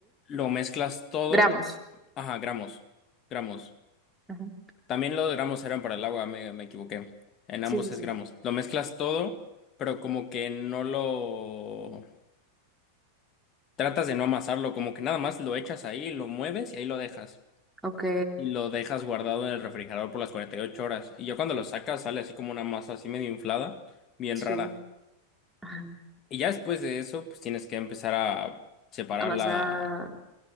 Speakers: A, on the left; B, in the centre.
A: Lo mezclas todo.
B: Gramos.
A: Ajá, gramos, gramos.
B: ujú,
A: También los gramos eran para el agua, me, me equivoqué. En
B: Sí,
A: ambos
B: sí,
A: es
B: sí.
A: gramos. Lo mezclas todo, pero como que no lo... Tratas de no amasarlo, como que nada más lo echas ahí, lo mueves y ahí lo dejas.
B: Ok,
A: Y lo dejas guardado en el refrigerador por las 48 horas. Y ya cuando lo sacas sale así como una masa así medio inflada, bien
B: sí.
A: rara.
B: Ajá,
A: Y ya después de eso, pues tienes que empezar a separar
B: Amasar.
A: la...